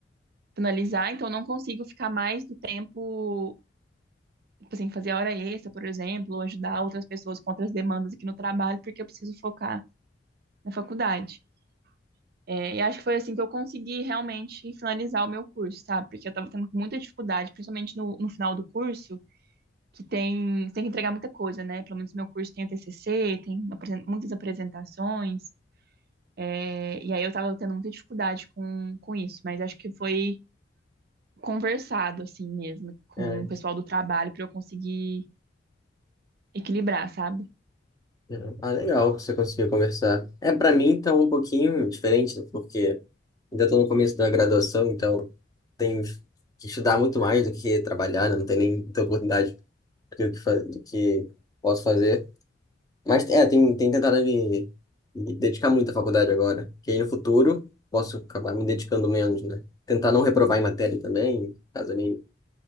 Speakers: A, on the right; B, on the left.
A: finalizar, então eu não consigo ficar mais do tempo tipo assim, fazer hora extra, por exemplo, ou ajudar outras pessoas com outras demandas aqui no trabalho, porque eu preciso focar na faculdade. É, e acho que foi assim que eu consegui realmente finalizar o meu curso, sabe? Porque eu estava tendo muita dificuldade, principalmente no, no final do curso, que tem, você tem que entregar muita coisa, né? Pelo menos meu curso tem a TCC, tem apresen- muitas apresentações, é, e aí eu estava tendo muita dificuldade com, com isso, mas acho que foi conversado, assim mesmo, com
B: É,
A: o pessoal do trabalho para eu conseguir equilibrar, sabe?
B: entendeu? ah, legal que você conseguiu conversar. É, para mim, tá um pouquinho diferente, né? Porque ainda estou no começo da graduação, então tenho que estudar muito mais do que trabalhar, né? Não tem nem muita oportunidade do que, fa- do que posso fazer. Mas é, tem, tem tentado me, me dedicar muito à faculdade agora. Que aí no futuro posso acabar me dedicando menos, né? Tentar não reprovar em matéria também, caso é meio,